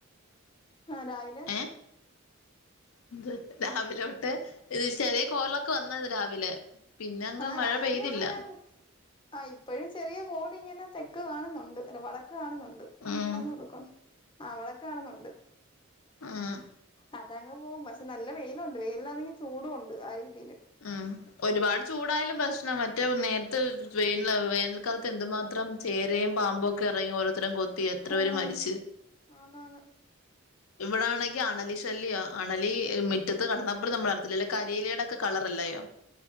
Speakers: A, on the left; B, on the left.
A: ആ രാവിലെ
B: ഏഹ് എന്ത് രാവിലെ തൊട്ടേ ഇത് ചെറിയ കോളൊക്കെ വന്നാരുന്നു രാവിലെ പിന്നെ അങ്ങ്
A: ആഹ്
B: മഴ
A: രാവിലെ
B: പെയ്തില്ല
A: ഒക്കെ ഇങ്ങനെ ആ ഇപ്പഴും ചെറിയ കോളിങ്ങനെ തെക്ക് കാണുന്നുണ്ട് അല്ല വടക്ക് കാണുന്നുണ്ട് ണ്ട്
B: ഉം
A: തെക്കാണോ വടക്കാണോ ആ വടക്ക് കാണുന്നുണ്ട്
B: ആഹ്
A: അതങ്ങ് പോകും പക്ഷെ നല്ല വെയിലുണ്ട് വെയിലിനാണെങ്കിൽ ചൂടും ഉണ്ട് ആ രീതിയില്
B: ഉം ഒരുപാട് ചൂടായാലും പ്രശ്നവാ മറ്റേ നേരത്തെ വേന വേനൽക്കാലത്ത് എന്തുമാത്രം ചേരയും പാമ്പും ഒക്കെ ഇറങ്ങി ഓരോരുത്തരെയും കൊത്തി എത്ര
A: ഉം
B: പേര് മരിച്ച്
A: ആന്നാന്ന്
B: ഇവിടാണെങ്കിൽ അണലി ശല്യവാ അണലി മുറ്റത്ത് കിടന്നാ പോലും നമ്മള് അറിയത്തില്ല അല്ല കരിയിലേടൊക്കെ കളറല്ലയോ